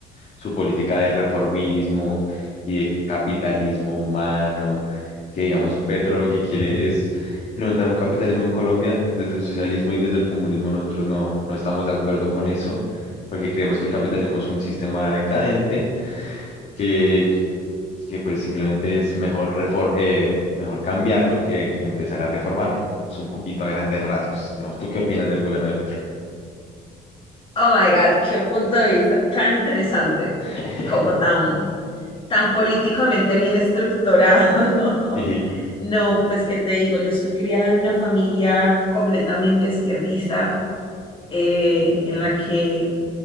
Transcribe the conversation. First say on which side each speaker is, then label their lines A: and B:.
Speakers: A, on the left (about 45°); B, on the left (about 30°).
A: su política de reformismo y de capitalismo humano, que digamos, Petro lo que quiere es implementar un capitalismo en Colombia, desde el socialismo y desde el comunismo nosotros no, no estamos de acuerdo con eso, porque creemos que el capitalismo es un sistema decadente, que, que pues simplemente es mejor, refor- eh, mejor cambiarlo que, que empezar a reformarlo. Es un poquito a grandes rasgos. Digamos, ¿tú qué opinas del gobierno de Petro?
B: Oh my God, qué punto de vista tan interesante,
A: <laughs>
B: como tan, tan políticamente bien estructurado. <laughs>
A: Sí,
B: No, pues qué te digo, yo soy criada en una familia completamente izquierdista, eh,
A: eh,
B: en la que